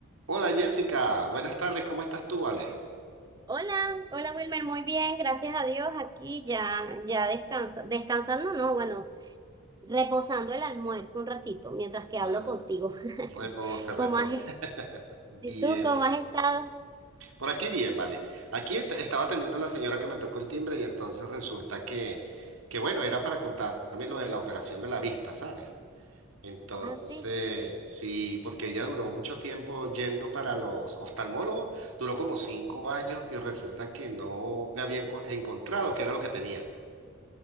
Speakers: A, on the right; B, on the right.
A: Hola Jessica, buenas tardes, ¿cómo estás tú, Vale?
B: Hola, hola Wilmer, muy bien, gracias a Dios, aquí ya, ya descansa, descansando, no, bueno, reposando el almuerzo un ratito mientras que
A: Re-
B: hablo contigo. <laughs>
A: Repose,
B: ¿Cómo
A: repose.
B: has,
A: <laughs> Bien,
B: y tú cómo
A: bien.
B: has estado?
A: Por aquí bien, vale. Aquí est- estaba atendiendo la señora que me tocó el timbre y entonces resulta que, que bueno, era para contarme lo de la operación de la vista, ¿sabes? Entonces,
B: Ah, sí,
A: sí, porque ella duró mucho tiempo yendo para los oftalmólogos, duró como cinco años y resulta que no le habían co- encontrado qué era lo que tenía.